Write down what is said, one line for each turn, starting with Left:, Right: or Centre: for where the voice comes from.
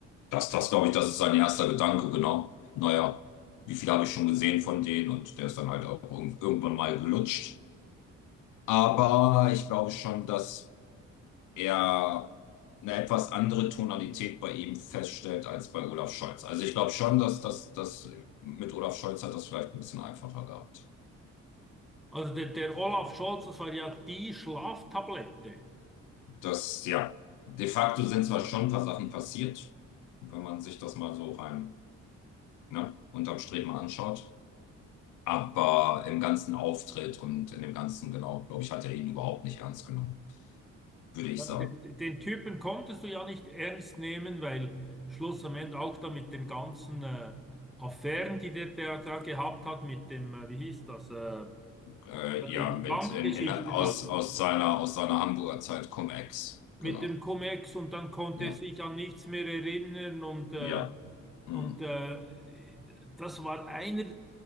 Left: das, das glaube ich, das ist sein erster Gedanke, genau. Naja, wie viel habe ich schon gesehen von denen? Und der ist dann halt auch irg- irgendwann mal gelutscht. Aber ich glaube schon, dass. eher eine etwas andere Tonalität bei ihm feststellt als bei Olaf Scholz. Also ich glaube schon, dass das dass mit Olaf Scholz hat das vielleicht ein bisschen einfacher gehabt.
Centre: Also der, der Olaf Scholz, das war ja die Schlaftablette.
Left: Das, ja, de facto sind zwar schon ein paar Sachen passiert, wenn man sich das mal so rein, ne, unterm Strich mal anschaut. Aber im ganzen Auftritt und in dem ganzen, genau, glaube ich, hat er ihn überhaupt nicht ernst genommen, würde ich
Centre: Den
Left: sagen.
Centre: den Typen konntest du ja nicht ernst nehmen, weil Schluss am Ende auch da mit den ganzen äh, Affären, die der, der da gehabt hat, mit dem, äh, wie hieß das, äh,
Left: Äh, ja,
Centre: die, die
Left: mit
Centre: Bankgeschichte
Left: in, in, aus,
Centre: da,
Left: aus seiner, aus seiner Hamburger Zeit Cum-Ex.
Centre: mit
Left: Genau.
Centre: dem Cum-Ex und dann konnte
Left: Ja.
Centre: er sich an nichts mehr erinnern und, äh,
Left: Ja. Mhm.
Centre: und äh, das war einer,